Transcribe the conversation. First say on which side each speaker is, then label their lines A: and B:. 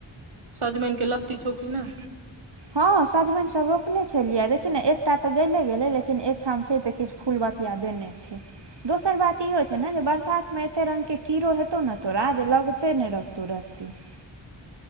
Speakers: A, on the right (about 80°); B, on the right (about 55°).
A: सजमइन के लत्ती छौकी ने
B: हँ सजमनि सब रोपने छलियै देखिन एकटा त गेले लेकिन एकठाम छै ते किछ फूल बतिया दे देने छै दोसर बात इहो छै ने जे बरसात मे एते रंग के कीड़ो हेतौ ने तोरा जे लगते नहि लगतौ किू <inaudible>